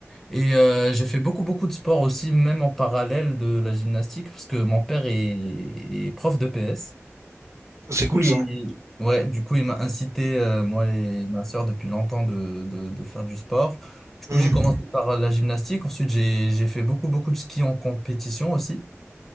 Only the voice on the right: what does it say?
C'est
cool
ça.
Mhm.